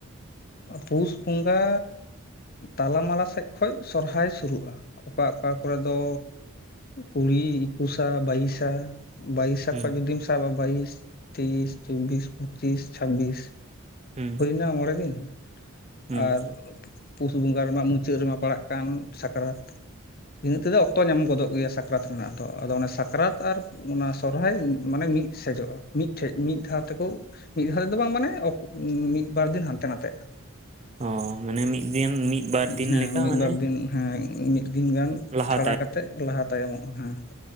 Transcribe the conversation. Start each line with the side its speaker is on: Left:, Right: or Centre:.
Left: ᱯᱩᱥ ᱵᱚᱸᱜᱟ ᱛᱟᱞᱟ ᱢᱟᱞᱟ ᱥᱮᱫ ᱠᱷᱚᱡ ᱥᱚᱦᱨᱟᱭ ᱥᱩᱨᱩᱜᱼᱟ ᱚᱠᱟ ᱚᱠᱟ ᱠᱚᱨᱮ ᱫᱚ ᱠᱩᱲᱤ ᱮᱠᱩᱥᱟ ᱵᱟᱭᱤᱥᱟ ᱵᱟᱭᱤᱥᱟ
Right: ᱦᱩᱸ
Left: ᱠᱷᱚᱡ ᱡᱩᱫᱤᱢ ᱥᱟᱵᱟ ᱵᱟᱭᱤᱥ ᱛᱮᱭᱤᱥ ᱪᱚᱵᱵᱤᱥ ᱯᱚᱸᱪᱤᱥ ᱪᱷᱟᱵᱵᱤᱥ
Right: ᱦᱩᱸ
Left: ᱦᱩᱭᱱᱟ ᱢᱚᱬᱮ ᱫᱤᱱ
Right: ᱦᱩᱸ
Left: ᱟᱨ ᱯᱩᱥ ᱵᱚᱸᱜᱟ ᱨᱮᱢᱟ ᱢᱩᱪᱟᱹᱫ ᱨᱮᱢᱟ ᱯᱟᱲᱟᱜ ᱠᱟᱱ ᱥᱟᱠᱨᱟᱛ ᱤᱱᱟᱹᱜ ᱛᱮᱫᱚ ᱚᱛᱚ ᱧᱟᱢ ᱜᱚᱫᱚᱜ ᱜᱮᱭᱟ ᱥᱟ ᱥᱟᱠᱨᱟᱛ ᱨᱮᱱᱟᱜ ᱟᱫᱚ ᱚᱱᱟ ᱥᱟᱠᱨᱟᱛ ᱟᱨ ᱚᱱᱟ ᱥᱚᱨᱦᱟᱭ ᱢᱟᱱᱮ ᱢᱤᱫ ᱥᱮᱫ ᱡᱚᱜᱼᱟ ᱢᱤᱫᱴᱷᱮᱱ ᱢᱤᱫ ᱫᱷᱟᱣ ᱛᱮᱠᱚ ᱢᱤᱫ ᱫᱷᱟᱣ ᱛᱮᱫᱚ ᱵᱟᱝ ᱢᱟᱱᱮ ᱢᱤᱫᱵᱟᱨ ᱫᱤᱱ ᱦᱟᱱᱛᱮ ᱱᱟᱛᱮᱼᱟ
Right: ᱚ ᱢᱟᱱᱮ ᱢᱤᱫ ᱫᱤᱱ ᱢᱤᱫ ᱵᱟᱨ ᱫᱤᱱ
Left: ᱦᱮᱸ
Right: ᱞᱮᱠᱟ
Left: ᱢᱤᱫ
Right: ᱢᱟᱱᱮ
Left: ᱵᱟᱨ ᱫᱤᱱ ᱦᱮᱸ ᱢᱤᱫ ᱫᱤᱱ ᱜᱟᱱ
Right: ᱞᱟᱦᱟ
Left: ᱪᱷᱟᱲᱟ ᱠᱟᱛᱮᱜ ᱞᱟᱦᱟ ᱛᱟᱭᱚᱢᱚᱜᱼᱟ ᱦᱮᱸ